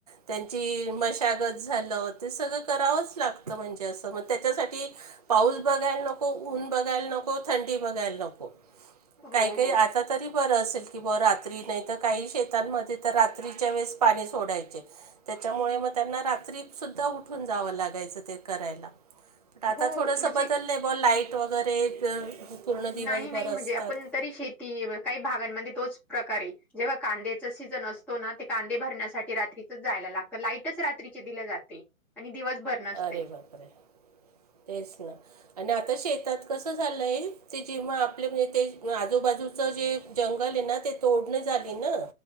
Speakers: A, on the right; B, in the centre.
A: त्यांची मशागत झालं ते सगळं, करावंच लागतं म्हणजे असं मग तेच्यासाठी. पाऊस बघायला नको, ऊन बघायला नको थंडी बघायला नको.
B: हो,
A: काही काही
B: हो.
A: आता, तरी बरं असेल. की ब रात्री नाही तर काही शेतांमध्ये तर रात्रीच्या वेळेस पाणी सोडायचे. त्याच्यामुळे मग त्यांना रात्रीत‌, सुद्धा उठून जावं लागायचं ते करायला. आता
B: हो,
A: थोडंसं
B: म्हणजे
A: बदललंय ब लाईट वगैरे, पूर्ण
B: नाही
A: दिवसभर
B: नाही, म्हणजे
A: असतात
B: आपण तरी शेती काही भागांमध्ये तोच, प्रकारे जेव्हा कांद्याचा सीजन असतो ना. कांदे भरण्यासाठी रात्रीच जायला लागतं लाईटच रात्रीचे दिले जाते आणि दिवसभर नसते.
A: अरे बापरे, तेच ना. आणि आता शेतात कसं झालंय ते, जेव्हा आपले म्हणजे ते आजूबाजू जे जंगल आहे ना ते, तोडण झाली ना.